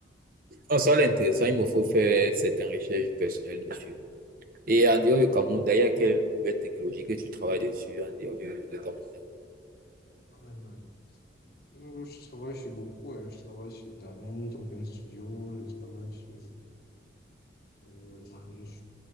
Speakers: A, on the right; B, on the left.
A: Non, ça c'est intéressant, il me faut faire certaines recherches personnelles dessus. Et en dehors du Cameroun, d'ailleurs, quelle nouvelle technologie que tu travailles dessus en dehors du, du Cameroun?
B: En Allemagne. Euh, je travaille sur beaucoup, hein. Je travaille sur Talent, Open Studio, je travaille sur euh, euh, je